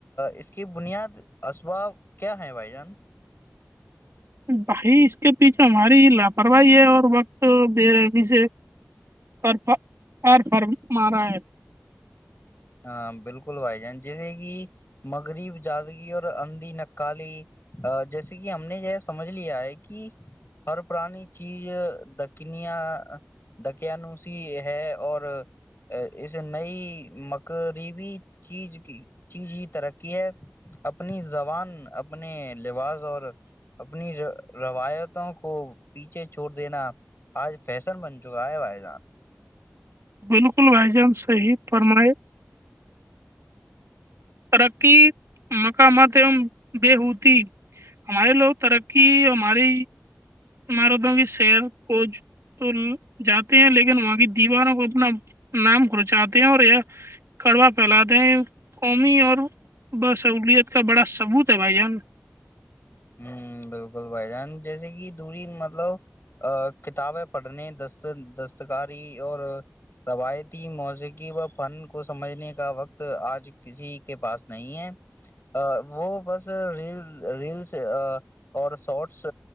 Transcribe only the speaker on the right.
بھائی اس کے پیچھے ہماری لاپرواہی ہے اور وقت بے رحمی سے فر مارا ہے
بالکل بھائی جان صی فرمائے ترقی مقامات ای بیہود ہمارے لوگ ترقی مے مار دمی سیر کچ دول جاتے ہیں لیکن وہاں کی دیواروں کو اپنا نام گچاتے ہیں اور یہ کڑوا پھیلاتے ہیں قومی اور بسہولیت کا بڑا ثبوت ہے بھائی ان